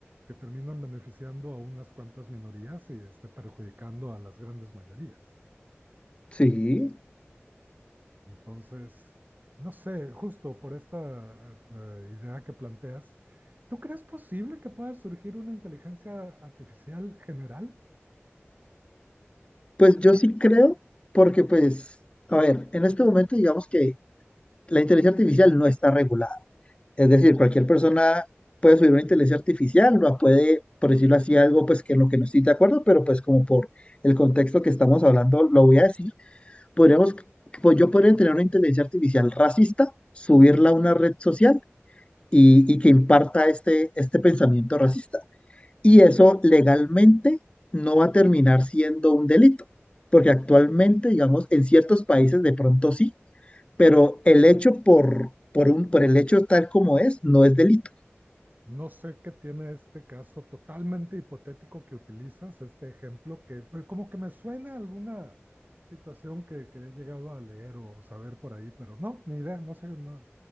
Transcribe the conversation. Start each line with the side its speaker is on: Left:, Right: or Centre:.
Right: que terminan beneficiando a unas cuantas minorías y este, perjudicando a las grandes mayorías.
Left: Sí.
Right: Entonces, no sé, justo por esta eh, idea que planteas, ¿tú crees posible que pueda surgir una inteligencia artificial general?
Left: Pues yo sí creo, porque pues, a ver, en este momento digamos que la inteligencia artificial no está regulada. Es decir, cualquier persona puede subir una inteligencia artificial, ¿no? puede, por decirlo así, algo pues que en lo que no estoy de acuerdo, pero pues como por el contexto que estamos hablando, lo voy a decir. Podríamos, pues yo podría tener una inteligencia artificial racista, subirla a una red social y, y que imparta este, este pensamiento racista. Y eso legalmente no va a terminar siendo un delito, porque actualmente, digamos, en ciertos países de pronto sí, pero el hecho por, por, un, por el hecho tal como es, no es delito.
Right: No sé qué tiene este caso totalmente hipotético que utilizas, este ejemplo que pues, como que me suena a alguna situación que, que he llegado a leer o saber por ahí, pero no, ni idea, no sé, no,